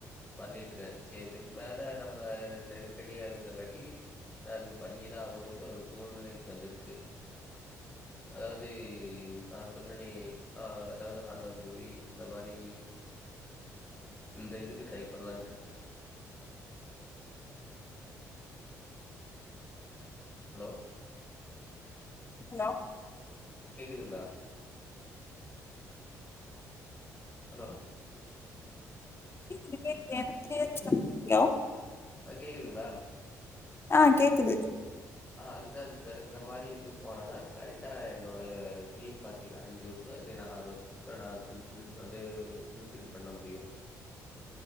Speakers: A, on the left; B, on the left.
A: பண்ணிட் தூக்கய்ஸ் இதுக்கு மேல நம்ப நெருக்கடியா இருக்கங்காட்டி ந அது பண்ணிதான் ஆகனுன்ட்டு ஒரு சூழ்நிலைக்கு வந்திருக்கு அதாவது நான் சொன்னனே அதாவது ஹாரர் மூவி இந்த மாதிரி இந்த இதுக்கு டரை பண்லான்ட்டு ஏங்க ஹலோ
B: ஹலோ
A: கேக்குதுங்களா ஹலோ
B: கேக்குது கேக்குது எனக்கு கிளியறா கேக்குது ஹலோ
A: ஆ கேக்குதுங்களா
B: ஆஹ் கேக்குது
A: ஆஹ் அதுதான் இந்த இந்த மாதிரி இது போனதான் கரெக்டா என்னோட ட்ரீம் பாத்தீங்கன்னா அஞ்சு அஞ்ச வருஷம் இல்லைனா ஆறு வருஷத்துக்குள்ள நா அது ஃபுல் பில் பண்ண முடியும்